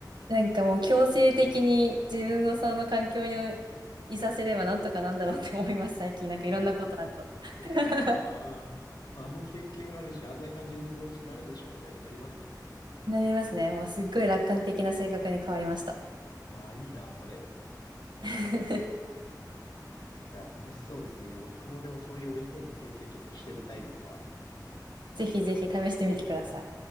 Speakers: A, on the right; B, on the left.
A: なんかもう強制的に自分をその環境にいさせればなんとかなんだろうって思います、最近。なんかいろんなことあると。<laughs>
B: <laughs> ああ、あの経験あるし、あんな感じにそのうちなるでしょう、みたいになりますよね。
A: なりますね。もうすっごい楽観的な性格に変わりました。
B: わあ、いいな、それ。
A: <laughs>
B: いや、楽しそうですね。いや、僕もでもそういう追い込む経験ちょっとしてみたいですわ。
A: ぜひぜひ試してみてください。